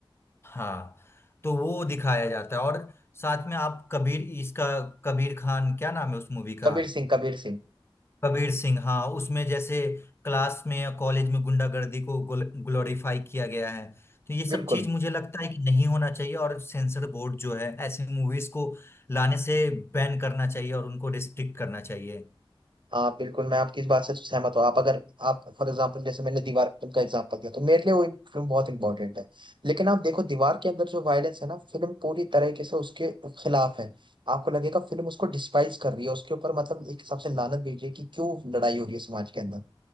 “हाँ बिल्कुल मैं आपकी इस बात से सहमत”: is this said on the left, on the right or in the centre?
Right